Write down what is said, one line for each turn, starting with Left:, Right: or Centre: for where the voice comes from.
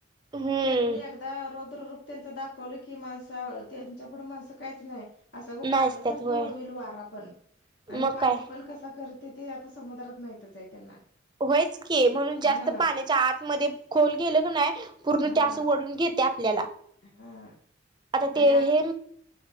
Right: हम्म
Left: तेनी एकदा रोद्र रूप त्यांच दाखवलं की माणसा त्यांच्या पुुढं माणसं काहीच नाही. असं
Right: नाचत्यात
Left: कागदासारखे
Right: होय
Left: उडवेल वारा पण आणि
Right: मग
Left: पाणी
Right: काय
Left: पण कसा करत ते आता समुद्रात माहितच आहे त्यांना
Right: होयच की म्हणून
Left: हा
Right: जास्त पाण्याच्या आतमध्ये खोल गेलं क नाय पूर्ण
Left: हा
Right: त्या अस ओढून घेते आपल्याला
Left: हा
Right: आता
Left: आणि
Right: ते
Left: आग
Right: हे